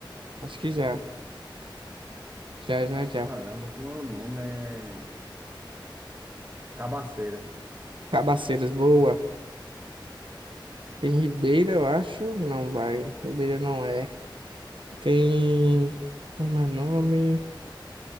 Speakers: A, on the right (about 75°); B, on the right (about 25°).
A: acho que já, já, já, já.
B: Caramba, como é o nome? É Cabaceira.
A: Cabaceiras, boa. Tem Ribeira, eu acho. Não vai. Ribeira não é. Tem. Como é o nome?